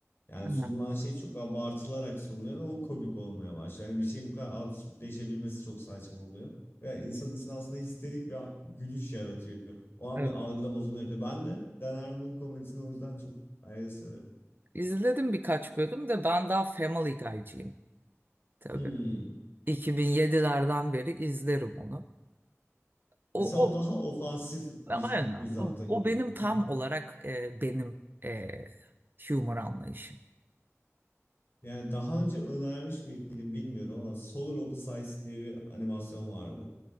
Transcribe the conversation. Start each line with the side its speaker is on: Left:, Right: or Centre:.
Left: Yani
Right: Aynen.
Left: sunulan şey çok abartılarak sunuluyor ve o komik olmaya başlıyor. Yani bir şeyin bu kadar absürtleşebilmesi çok saçma oluyor. Ve insanın içinde aslında histerik bir gülüş yaratıyor. O an
Right: Evet.
Left: bir algıda bozulma yaratıyor. Ben de Dan Harmon'un komedisini o yüzden çok ayrı severim.
Right: İzledim birkaç bölüm de ben daha Family Guy'cıyım. Tabii.
Left: Hmm.
Right: 2007'lerden beri izlerim onu. O,
Left: Mesela o
Right: o
Left: daha ofansif bir
Right: aynen.
Left: mizahta
Right: O, o
Left: kalıyor.
Right: benim tam
Left: <laughs>
Right: olarak e, benim e, humor anlayışım.
Left: Yani daha önce önermiş miydim bilmiyorum ama Solar Opposites diye bir animasyon vardı.